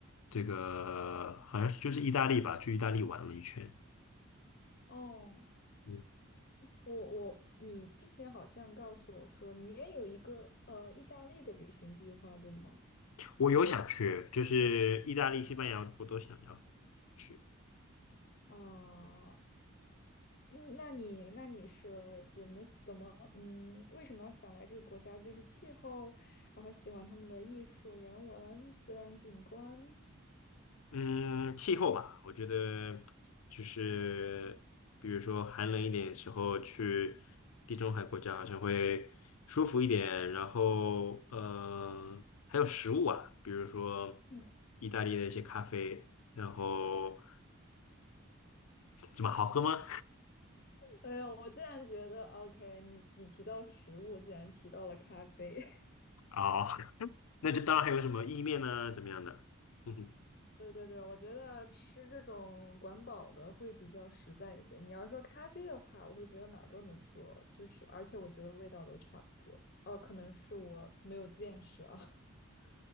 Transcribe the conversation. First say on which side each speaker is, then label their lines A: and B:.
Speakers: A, on the left (about 90°); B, on the left (about 45°).
A: 这个好像是就是意大利吧，去意大利玩了一圈。
B: 哦。
A: 嗯，
B: 我我，你之前好像告诉我说你也有一个呃意大利的旅行计划，对吗？
A: 我有想去，就是意大利、西班牙我都想要。去。
B: 啊，嗯那你那你是怎么怎么嗯，为什么要想来这个国家？就是气候，然后喜欢他们的艺术、人文、自然景观。
A: 嗯，气候吧，我觉得就是比如说寒冷一点的时候去地中海国家好像会舒服一点，然后呃还有食物啊，比如说
B: 嗯，
A: 意大利的一些咖啡，然后怎么好喝吗？
B: 哎呦，我竟然觉得，OK，你你提到食物，竟然提到了咖啡。
A: <laughs> 哦，那就当然还有什么意面呢、怎么样的？嗯哼，
B: 对对对，我觉得吃这种管饱的会比较实在一些。你要说咖啡的话，我会觉得哪儿都能做，就是而且我觉得味道都差不多。哦，可能是我没有见识啊。